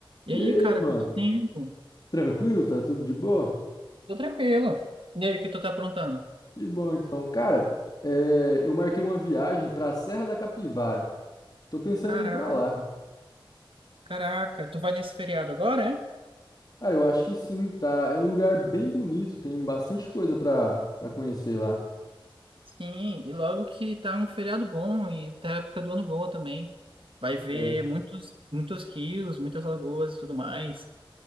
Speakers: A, on the right (about 70°); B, on the left (about 45°).
A: E
B: E
A: aí,
B: aí,
A: cara,
B: mano?
A: quanto tempo?
B: Tranquilo? Tá tudo de boa?
A: Tô tranquilo. E aí, o que tu tá aprontando?
B: Que bom, então. Cara, é, eu marquei uma viagem pra Serra da Capivara. Tô pensando
A: Caraca,
B: em ir pra lá.
A: caraca, tu vai nesse feriado agora, é?
B: Cara, eu acho que sim, tá? É um lugar bem bonito, tem bastante coisa pra, pra conhecer lá.
A: Sim, e logo que tá um feriado bom e tá a época do ano boa também. Vai ver
B: É,
A: muitos, muitos rios, muitas lagoas e tudo mais.